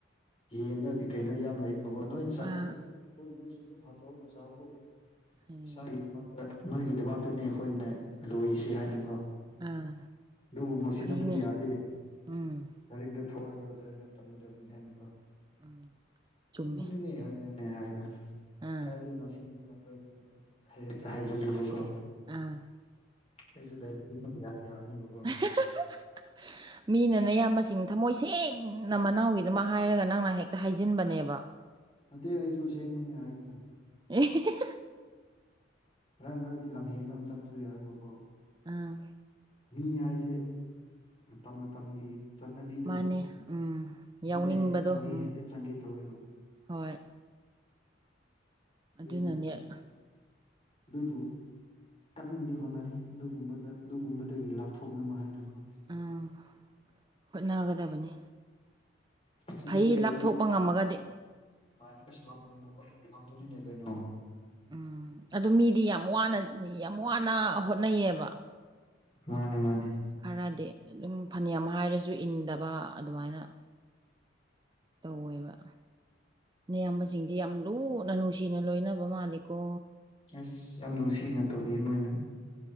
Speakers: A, on the left; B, on the right.
A: ꯌꯦꯟ ꯅꯣꯏ ꯀꯩ ꯀꯩꯅꯣ ꯌꯥꯝ ꯂꯩꯕꯣ ꯅꯣꯏ ꯁꯥꯅꯤꯡꯉꯤ
B: ꯑꯥ
A: ꯑꯗꯨꯝ ꯑꯩꯈꯣꯏꯕꯗꯁꯨ ꯑꯗꯨꯝ ꯍꯥꯠꯇꯣꯛꯑꯒ ꯆꯥꯛꯀꯣ
B: ꯐꯩ
A: ꯏꯁꯥꯒꯤꯗꯃꯛꯇ ꯅꯣꯏꯒꯤꯗꯃꯛꯇꯅꯤ ꯑꯩꯈꯣꯏꯅ ꯂꯣꯏꯔꯤꯁꯤ ꯍꯥꯏꯅ ꯀꯣ꯫
B: ꯑꯥ
A: ꯑꯗꯨꯕꯨ ꯉꯣꯁꯤꯟꯅꯕꯨꯗꯤ
B: ꯐꯩꯅꯦ
A: ꯌꯥꯗꯦ꯫
B: ꯎꯝ
A: ꯂꯔꯤꯛꯇ ꯊꯋꯥꯏ ꯌꯥꯎꯖꯔꯒ ꯇꯝꯒꯗꯕꯅꯤ ꯍꯥꯏꯅꯀꯣ
B: ꯎꯝ ꯆꯨꯝꯃꯦ
A: ꯑꯗꯨꯅꯤꯅꯦ ꯍꯥꯏ ꯍꯥꯏꯕ
B: ꯑꯥ
A: ꯀꯥꯏꯗꯩ ꯉꯣꯁꯤꯟꯕꯅꯣ ꯑꯩꯈꯣꯏꯅ ꯑꯗꯨꯝ ꯍ ꯍꯦꯛꯇ ꯍꯥꯏꯖꯤꯜꯂꯨꯕꯀꯣ
B: ꯑꯝ
A: ꯑꯩꯁꯨ ꯗꯥꯏ ꯌꯥꯕꯅꯦꯕꯀꯣ
B: ꯍ <unintelligible> ꯃꯤꯅ ꯅꯌꯥꯝꯕꯁꯤꯡ ꯊꯃꯣꯏ ꯁꯦꯡꯅ ꯃꯅꯥꯎꯒꯤꯗꯃꯛ ꯍꯥꯏꯔꯒ ꯅꯪꯅ ꯍꯦꯛꯇ ꯍꯥꯏꯖꯤꯟꯕꯅꯦꯕ꯫
A: ꯅꯠꯇꯦ ꯑꯩꯁꯨꯁꯦꯡꯕꯅꯤ ꯍꯥꯏꯗꯣ꯫
B: ꯑꯦ
A: ꯃꯔꯛ ꯃꯔꯛꯇꯤ ꯂꯝꯍꯦꯟꯕ ꯑꯃꯝꯇꯁꯨ ꯌꯥꯎꯔꯤꯕ ꯀꯣ꯫
B: ꯑꯥ
A: ꯃꯤ ꯍꯥꯏꯁꯦ ꯃꯇꯝ ꯃꯇꯝꯒꯤ ꯆꯠꯅꯕꯤꯗꯣ
B: ꯃꯥꯅꯦ ꯎꯝ
A: ꯑꯗꯨꯗ
B: ꯌꯥꯎꯅꯤꯡꯕꯗꯣ
A: ꯍꯦꯛꯇ ꯆꯪꯒꯦ
B: ꯎꯝ
A: ꯍꯦꯛꯇ ꯆꯪꯒꯦ ꯇꯧꯋꯦꯕ
B: ꯍꯣꯏ
A: ꯕꯨ
B: ꯑꯗꯨꯅꯅꯦ
A: ꯄ ꯀꯟꯅꯗꯤ ꯍꯣꯠꯅꯔꯤ ꯑꯗꯨꯒꯨꯝꯕꯗ ꯑꯗꯨꯒꯨꯝꯕꯗꯒꯤ ꯂꯥꯞꯊꯣꯛꯅꯕ ꯍꯥꯏꯅꯀꯣ
B: ꯎꯝ ꯍꯣꯠꯅꯒꯗꯕꯅꯤ
A: ꯁꯨꯝ
B: ꯐꯩ
A: ꯁꯨꯝ ꯂꯩꯔꯤꯗꯤ
B: ꯂꯥꯞꯊꯣꯛꯄ ꯉꯝꯃꯒꯗꯤ
A: ꯃꯥꯥꯏꯅ ꯀꯩꯁꯨ ꯉꯝꯃꯨꯅꯤꯅꯦ ꯀꯩꯅꯣ
B: ꯎꯝ ꯑꯗꯨ ꯃꯤꯗꯤ ꯌꯥꯝꯅ ꯌꯥꯝ ꯋꯥꯅ ꯍꯣꯠꯅꯩꯌꯦꯕ
A: ꯃꯥꯅꯦ ꯃꯥꯅꯦ
B: ꯈꯔꯗꯤ ꯑꯗꯨꯝ ꯐꯅꯦꯛ ꯑꯃ ꯍꯥꯏꯔꯁꯨ ꯏꯟꯗꯕ ꯑꯗꯨꯃꯥꯏꯅ ꯇꯧꯋꯦꯕ ꯑꯌꯥꯝꯕꯁꯤꯡꯗꯤ ꯌꯥꯝ ꯂꯨ ꯅ ꯅꯨꯡꯁꯤꯅ ꯂꯣꯏꯅꯕ ꯃꯥꯜꯂꯤꯀꯣ
A: ꯑꯁ ꯌꯥꯝ ꯅꯨꯡꯁꯤꯅ ꯇꯧꯕꯤ ꯃꯣꯏꯅ